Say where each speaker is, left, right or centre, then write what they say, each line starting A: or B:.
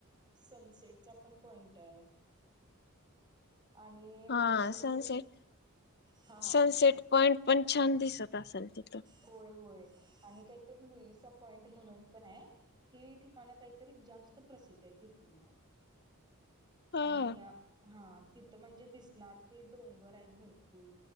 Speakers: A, on the right (about 20°); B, on the left (about 50°).
A: सं सेटचा पण पॉइंट आहे आणि म्हणाय
B: हा
A: गेलं
B: सनसेट
A: तर हा
B: सनसेट पॉइंट पण छान दिसत असेल तिथं.
A: होय होय आणि काहीतरी लुईचा पॉइंट म्हणून पण आहे हि ठिकाणं काहीतरी जास्त प्रसिद्ध आहे तिथली
B: हा
A: आणि हा तिथं म्हणजे दिसणार ते डोंगर आहेत भरपूर